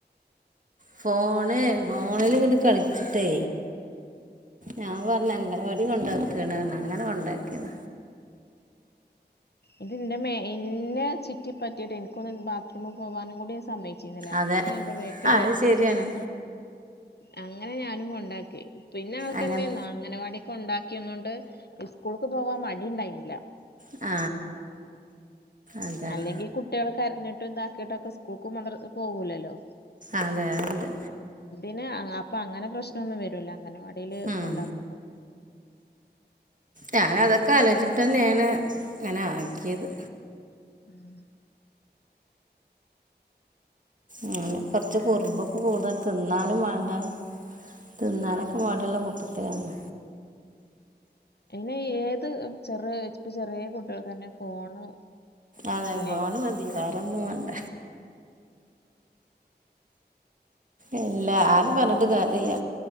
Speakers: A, on the right; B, on the left.
A: ഫോണ് ഫോണിലിങ്ങട്ട് കളിച്ചിട്ടേ ഞാൻ പറഞ്ഞ അംഗനവാടി കൊണ്ടാക്കാണ്ണാണ് അങ്ങനെ കൊണ്ടാക്കിയത.
B: ഇതിന്റെ മേ എന്നെ ചുറ്റി പറ്റിട്ട് എനിക്കൊന്ന് ബാത്റൂമിൽ പോവാൻ കൂടി സമ്മയ്ച്ചിരുന്നില്ല.
A: അതെ
B: അങ്ങനെ എന്റെ വേക്കില്
A: ആ അത് ശരിയാണ്
B: അങ്ങനെ ഞാനും കൊണ്ടാക്കി പിന്നെ ആൾക്കെന്തെന്നോ
A: അങ്ങനെ
B: അംഗനവാടി കൊണ്ടാക്കിന്നൊണ്ട് സ്കൂൾക്ക് പോവാൻ മടിണ്ടായിന്നില്ല.
A: ആ അതാണ്
B: അല്ലെങ്കി കുട്ടികള് കരഞ്ഞിട്ടും ഇതാക്കിട്ടൊക്കെ സ്കൂൾക്ക് മദ്രശക്കും പോവൂലല്ലോ.
A: അതെയതെ.
B: പിന്നെ ആ അപ്പങ്ങനെ പ്രശ്നൊന്നും വരൂല അംഗനവാടി
A: ഉം.
B: കൊണ്ടാക്കുമ്പോ.
A: ഞാനതൊക്കെ ആലോചിച്ചിട്ട് തന്നെയാണ് ഇങ്ങനെ ആക്കിയത്
B: ഉം
A: മ് കൊറച്ച് കുറുമ്പൊക്കെ കൂടുതൽ തിന്നാനും വേണ്ട തിന്നാലൊക്കെ മടിയുള്ള കൂട്ടത്തിലാണ്
B: അല്ലെ ഏത് ചെറിയ ഇപ്പ ചെറിയ കുട്ടികക്ക് തന്നെ ഫോണ്
A: അതെ
B: ഇല്ലേ
A: ഫോണ് മതി വേറൊന്നും വേണ്ട എല്ല ആരും പറഞ്ഞിട്ട് കാര്യല്ല